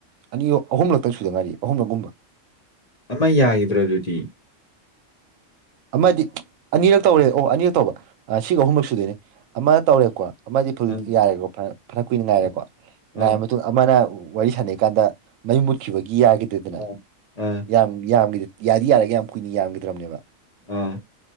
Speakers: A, on the right (about 80°); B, on the left (about 35°).
A: ꯑꯅꯤ ꯑꯍꯨꯝꯂꯛꯇ ꯁꯨꯗ ꯉꯥꯏꯔꯤ ꯑꯍꯨꯝꯂꯛꯒꯨꯝꯕ
B: ꯑꯃ ꯌꯥꯈꯤꯗ꯭ꯔꯗꯨꯗꯤ
A: ꯑꯃꯗꯤ ꯑꯅꯤꯔꯛ ꯇꯧꯔꯦ ꯑꯣ ꯑꯅꯤꯔꯛ ꯇꯧꯕ ꯁꯤꯒ ꯑꯍꯨꯝꯂꯛ ꯁꯨꯗꯣꯏꯅꯦ ꯑꯃ ꯇꯧꯔꯦꯀꯣ ꯑꯃꯗꯤ ꯐꯨꯜ
B: ꯑꯪ
A: ꯌꯥꯔꯦꯀꯣ ꯐꯅ ꯀꯨꯏꯅ ꯉꯥꯏꯔꯦꯀꯣ
B: ꯑꯪ
A: ꯉꯥꯏꯔ
B: ꯑꯥ
A: ꯃꯇꯨꯡ ꯑꯃꯅ ꯋꯥꯔꯤ ꯁꯥꯟꯅꯩ ꯀꯥꯟꯗ ꯃꯩ ꯃꯨꯠꯈꯤꯕꯒꯤ ꯌꯥꯈꯤꯗꯦꯗꯅ
B: ꯑꯥ ꯑꯥ
A: ꯌꯥꯝ ꯌꯥꯝꯒꯤꯗ ꯌꯥꯗꯤ ꯌꯥꯔꯒꯦ ꯌꯥꯝ ꯀꯨꯏꯅ ꯌꯥꯝꯈꯤꯗ꯭ꯔꯕꯅꯦꯕ
B: ꯑꯥ